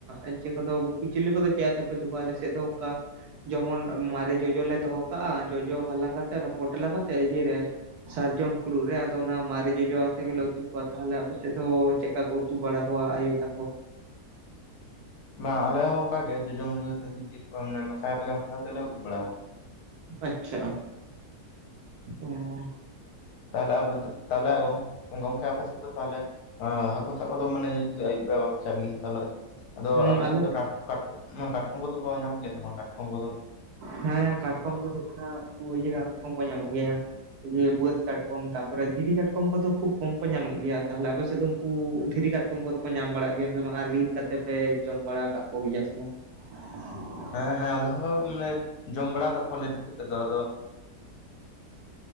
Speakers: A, on the right; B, on the left.
A: ᱤᱭᱟ. ᱠᱚᱫᱚ ᱠᱩᱪᱞᱟ. ᱠᱚᱫᱚ ᱪᱮᱫ ᱟᱛᱮᱯᱮ ᱩᱛᱩ ᱠᱚᱣᱟ ᱟᱞᱮᱥᱮᱫ ᱫᱚ ᱚᱱᱠᱟ ᱡᱮᱢᱚᱱ ᱢᱟᱨᱮ ᱡᱚᱡᱚ ᱞᱮ ᱫᱚᱦᱚ ᱠᱟᱜᱼᱟ ᱡᱚᱡᱚ ᱦᱟᱞᱟᱝ ᱠᱟᱛᱮᱜ ᱚᱱᱟ ᱯᱚᱴᱞᱟ ᱠᱟᱛᱮᱜ ᱤᱭᱮ ᱨᱮ ᱥᱟᱨᱡᱚᱢ ᱯᱷᱩᱲᱩᱜ ᱨᱮ ᱟᱫᱚ ᱚᱱᱟ ᱢᱟᱨᱮ ᱡᱚᱡᱚ ᱟᱛᱮ ᱜᱮᱞᱮ ᱩᱛᱩ ᱠᱚᱣᱟ ᱛᱟᱦᱚᱞᱮ ᱟᱯᱮᱥᱮᱫ ᱫᱚ ᱪᱮᱫᱠᱟ ᱠᱚ ᱩᱛᱩ ᱵᱟᱲᱟ ᱠᱚᱣᱟ ᱟᱭᱳ ᱛᱟᱠᱚ?
B: ᱢᱟ ᱟᱞᱮ ᱦᱚᱸ ᱚᱱᱠᱟ ᱜᱮ ᱡᱚᱡᱚ ᱢᱚᱡᱚ ᱟᱛᱮ ᱪᱮᱫ ᱠᱚ ᱢᱮᱥᱟ ᱠᱟᱛᱮᱜ ᱚᱱᱠᱟᱞᱮ ᱩᱛᱩ ᱵᱟᱲᱟ
A: ᱟᱪᱪᱷᱟ ᱦᱮᱸ
B: ᱛᱟᱦᱚᱞᱮ ᱟᱵᱚ ᱫᱚ ᱛᱟᱦᱚᱞᱮ ᱜᱚᱝ ᱜᱚᱝᱠᱮ ᱟᱯᱮ ᱥᱮᱫ ᱫᱚ ᱛᱟᱦᱚᱞᱮ ᱦᱟᱹᱠᱩ ᱥᱟᱵ ᱠᱚᱫᱚ ᱢᱟᱱᱮ ᱟᱹᱭᱩᱵ ᱵᱮᱲᱟ ᱵᱟᱠᱚ <unintelligible> ᱟᱫᱚ
A: ᱦᱩᱸ
B: ᱟᱯᱮ
A: ᱟᱞᱮ
B: ᱥᱮᱫ ᱴᱟᱴ ᱠᱟᱴ ᱠᱟᱴᱠᱚᱢ ᱠᱚᱫᱚᱠᱚ ᱧᱟᱢᱚᱜ ᱜᱮᱭᱟ ᱥᱮ ᱵᱟᱝ ᱠᱟᱴᱠᱚᱢ ᱠᱚ ᱫᱚ?
A: ᱦᱮᱸ ᱠᱟᱴᱠᱚᱢ ᱫᱚ ᱦᱩᱭᱩᱜ ᱠᱟᱱᱟ ᱩᱱᱠᱩ ᱤᱭᱟ. ᱠᱟᱴᱠᱚᱢ ᱠᱚ ᱧᱟᱢᱚᱜ ᱜᱮᱭᱟ ᱤᱭᱟ. ᱵᱟᱹᱫ ᱠᱟᱴᱠᱚᱢ ᱛᱟᱨᱯᱚᱨᱮ ᱫᱷᱤᱨᱤ ᱠᱟᱴᱠᱚᱢ ᱠᱚᱫᱚ ᱠᱷᱩᱵ ᱠᱚᱢ ᱠᱚ ᱧᱟᱢᱚᱜ ᱜᱮᱭᱟ ᱛᱟᱦᱚᱞᱮ ᱟᱯᱮᱥᱮᱫ ᱫᱚ ᱩᱱᱠᱩ ᱫᱷᱤᱨᱤ ᱠᱟᱴᱠᱚᱢ ᱠᱚᱫᱚ ᱠᱚ ᱧᱟᱢ ᱵᱟᱲᱟᱜ ᱜᱮᱭᱟ ᱥᱮ ᱵᱟᱝ ᱟᱨ ᱨᱤᱫ ᱠᱟᱛᱮ ᱯᱮ ᱡᱚᱢ‌ ᱵᱟᱲᱟ ᱠᱟᱜ ᱠᱚ ᱜᱮᱭᱟ ᱥᱮ ᱵᱟ <inaudible>
B: ᱦᱮᱸ ᱦᱮᱸ ᱟᱞᱮ ᱦᱚᱸ ᱢᱟᱱᱮ ᱡᱚᱢ ᱵᱟᱲᱟ ᱠᱟᱜ ᱠᱚᱣᱟᱞᱮ ᱨᱤᱫ ᱠᱟᱛᱮᱜ ᱫᱚ ᱟᱫᱚ